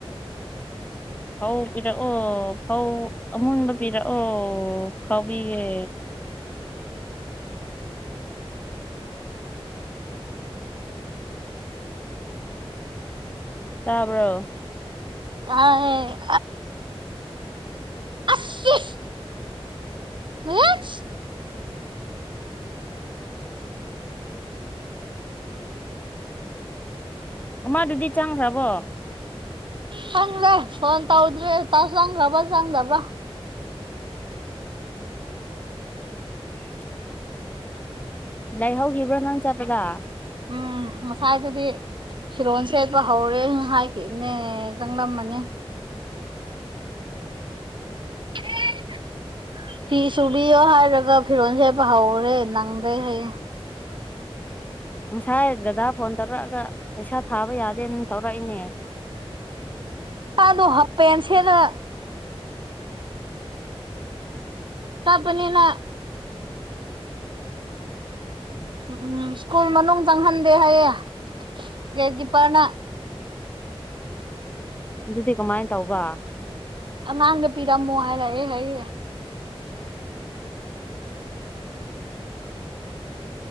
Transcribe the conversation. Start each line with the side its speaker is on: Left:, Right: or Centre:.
Left: ꯐꯧ ꯄꯤꯔꯛꯑꯣ ꯐꯧ ꯑꯃꯨꯟꯕ ꯄꯤꯔꯛꯑꯣ ꯈꯥꯎꯕꯤꯒꯦ ꯇꯥꯕ꯭ꯔꯣ
Right: ꯇꯥꯏꯌꯦ ꯑꯁ ꯋꯦ ꯌꯦꯛꯁ
Left: ꯑꯃꯗꯨꯗꯤ ꯆꯪꯈ꯭ꯔꯕꯣ
Right: ꯈꯪꯗꯦ ꯐꯣꯟ ꯇꯧꯗ꯭ꯔꯦ ꯇ ꯆꯪꯈ꯭ꯔꯕ꯭ꯔꯥ ꯆꯪꯗꯕ꯭ꯔꯥ
Left: <unintelligible> <unintelligible> ꯂꯩꯍꯧꯈꯤꯕ꯭ꯔꯣ ꯅꯪ ꯆꯠꯄꯗ
Right: ꯎꯝ ꯉꯁꯥꯥꯏ ꯗꯨꯗꯤ ꯐꯤꯔꯣꯜ ꯁꯦꯠꯄ ꯍꯧꯔꯦ ꯍꯥꯏꯈꯤꯃꯦ ꯆꯪꯂꯝꯃꯅꯤ <inaudible> ꯐꯤ ꯁꯨꯕꯤꯌꯣ ꯍꯥꯏꯔꯒ ꯐꯤꯔꯣꯜ ꯁꯦꯠꯄ ꯍꯧꯔꯦ ꯅꯪꯗ꯭ꯔꯦ ꯍꯥꯏꯌꯦ
Left: ꯉꯁꯥꯏ ꯗꯗꯥ ꯐꯣꯟ ꯇꯧꯔꯛꯑꯒ ꯄꯩꯁꯥ ꯊꯥꯕ ꯌꯥꯗꯦꯅ ꯇꯧꯔꯛꯏꯅꯦ
Right: ꯃꯗꯣ ꯍꯥꯞꯄꯦꯟ ꯁꯦꯠꯂ ꯇꯕꯅꯤꯅ ꯎꯝ ꯁ꯭ꯀꯨꯜ ꯃꯅꯨꯡ ꯆꯪꯍꯟꯗꯦ ꯍꯥꯏꯌꯦ ꯒꯦꯠ ꯀꯤꯞꯄꯔꯅ
Left: ꯑꯗꯨꯗꯤ ꯀꯃꯥꯏ ꯇꯧꯕ
Right: ꯑꯉꯥꯡꯗ ꯄꯤꯔꯝꯃꯣ ꯍꯥꯏꯔꯛꯑꯦ ꯍꯥꯏꯌꯦ